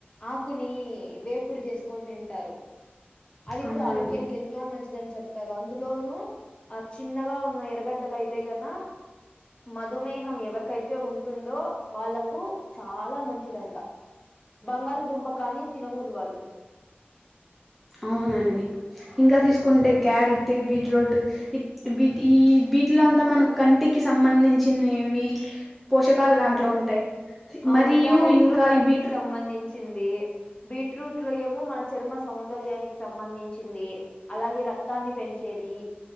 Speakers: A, on the left; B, in the centre.
A: ఆకుని వేపుడు చేసుకొని తింటారు అది
B: అవునండి
A: కూడా ఆరోగ్యానికి ఎం తో మంచిదని చెప్తారు అందులో ఆ చిన్నగా ఉన్న ఎరగడ్డలయితే గ అన్న మధుమేహ హం ఎవరికైతే ఉంటుందో వాళ్ళలకు చాలా మంచిదంట బంగాళ దుంప కానీ తినకూడదు వాళ్ళు
B: అవునండి ఇంకా తీసుకుంటే క్యారెట్ బీట్రోట్ ఇ వీటి ఈ వీటిలో
A: అవును
B: అంతా మనం కంటికి సంబంధించినవి పోషకాలు దాంట్లో
A: ఆ
B: ఉంటాయి
A: అవును
B: మరియు
A: క్యారెట్
B: ఇంకా
A: లో కంటికి
B: ఈ బీట్రూ
A: సంబంధించింది బీట్రూట్ లో ఏమో మన చర్మ సౌ సౌందర్యానికి సంబంధించింది అలాగే రక్తాన్ని పెంచేది